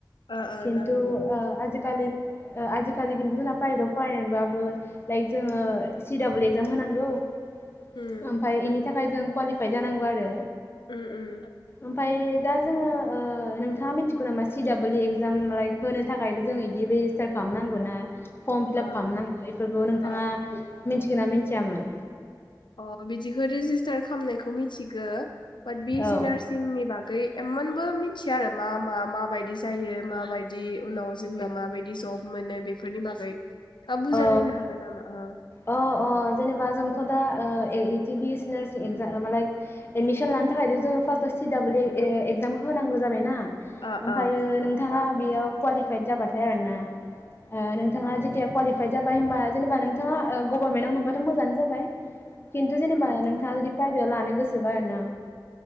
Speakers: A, on the left; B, on the left.
A: ओ ओ
B: खिन्थु
A: नाङामोन
B: ओ आजिखालि ओ आजिखाालि खिथु जोंना प्राइभेटआव फरायनायबाबो लाइक जोंङो सि डाबल एक्जाम होनांगौ ।
A: उम
B: ओमफाय इनि थाखाय जों क्वालि फ्राय जानांगौ आरो
A: उम उम
B: ओमफ्राय दा जोंङो ओ नोंथाङा मिथिगौ नामा सि डाबल इ एक्जाम लाइक होनो थाखायबो जों इदि बो रेजिस्टार खालामनांगौ ना फर्म फिलाप
A: ओ
B: खालामनांगौ बेफोरखौ नोंथाङा
A: ओ
B: मिथिगौ ना मिथियामोन
A: अ बिदिखौ <unintelligible> खालामनायखौ मिथिगो बि
B: औ
A: ए सि नारचिंनि बागै इमानबो मिथिया आरो मा-मा माबायदि जायो माबायदि उनाव जेनेबा माबायदि जब मोनो बेफोरनि बागै थाब बुजायनो
B: औ
A: हागोन नामा ओ
B: अ-अ जेनेबा जों <unintelligible> बि ए सि नारचिं एक्जामआलाय एडमिसन लानो थाखाय जों फास्ट सि दाबल इ ए एक्जाम होनांगौ जाबाय ना
A: ओ
B: ओमफायो
A: ओ
B: नोंथाङा बेयाव क्वालिफाइ जाबाथाय आरो ना ओ नोंथाङा जेथिया कवालि फाइट जाबाय‌
A: मा
B: होनबा जेनेबा नोंथाङा‌ गभारनमेन्टआव मोनबाथ मोजांङानो जाबाय खिन्थु जेनेबा नोंथाङा जुदि प्राइभेटाव लानो गोसोबा आरो ना